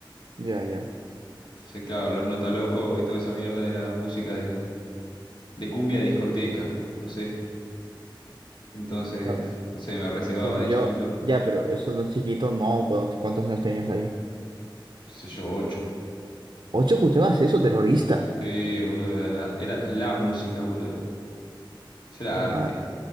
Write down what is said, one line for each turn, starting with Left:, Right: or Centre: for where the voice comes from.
Right: Ya, ya.
Left: Entonces, claro, los Nota Loco y toda esa mierda era música de, de cumbia de discoteca, no sé. Entonces,
Right: Está bien.
Left: no sé, me recebaba
Right: Sí, sí,
Left: de
Right: yo.
Left: chiquito,
Right: Ya, pero eso de chiquito, no. ¿Cuántos cuántos años tenías allí?
Left: qué sé yo, ocho.
Right: ¿Ocho escuchabas eso, terrorista?
Left: Sí, boludo, era, era la música, boludo. Eso era
Right: Ah,
Left: arte.